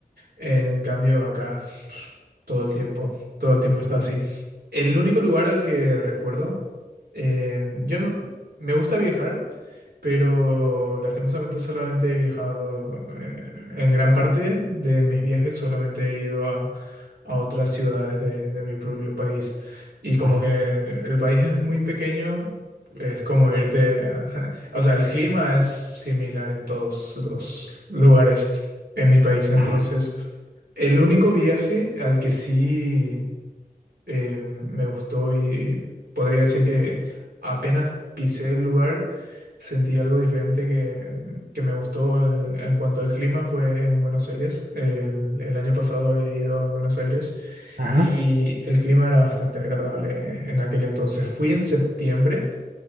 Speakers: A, on the right (about 85°); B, on the right (about 65°).
A: En cambio, acá pf, todo el tiempo, todo el tiempo está así. El único lugar al que recuerdo, em, yo no, me gusta viajar, pero lastimosamente solamente he viajado, eh, en gran parte de mis viajes solamente he ido a, a otras ciudades de, de mi propio país. Y como
B: Ajá,
A: que el país es muy pequeño, es como irte a- <laughs> O sea, el clima es similar en todos los lugares en mi país. Entonces,
B: ajá,
A: el único viaje al que sí eh, me gustó y podría decir que apenas pisé el lugar, sentí algo diferente que, que me gustó el- en cuanto al clima fue en Buenos Aires. El, el año pasado había ido a Buenos Aires
B: ajá,
A: y el clima era bastante agradable en aquel entonces. Fui en septiembre,